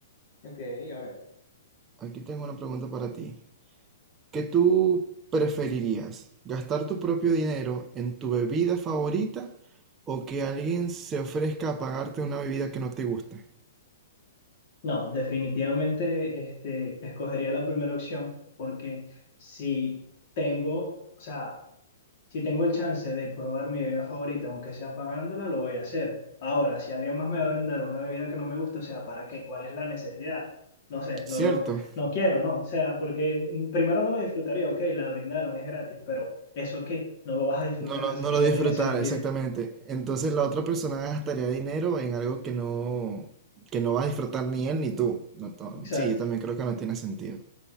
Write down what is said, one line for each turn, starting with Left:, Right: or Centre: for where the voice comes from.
Left: Ok, a ver.
Right: Aquí tengo una pregunta para ti. ¿Qué tú preferirías? ¿Gastar tu propio dinero en tu bebida favorita o que alguien se ofrezca a pagarte una bebida que no te guste?
Left: No, definitivamente este, escogería la primera opción porque si tengo, o sea, Si tengo el chance de probar mi bebida favorita, aunque sea pagándola, lo voy a hacer. Ahora, si alguien más me va a brindar una bebida que no me gusta, o sea, ¿para qué? ¿Cuál es la necesidad? No sé,
Right: ¿Cierto?
Left: lo veo- no quiero, no. O sea, porque mm, primero no lo disfrutaría, ok, la brindaron, es gratis, pero ¿eso qué? No lo vas a disfrutar,
Right: No lo,
Left: así
Right: no
Left: que
Right: lo
Left: no
Right: disfrutar,
Left: tiene sentido.
Right: exactamente. Entonces la otra persona gastaría dinero en algo que no, que no va a disfrutar ni él ni tú. No, no,
Left: Exacto.
Right: sí, yo también creo que no tiene sentido,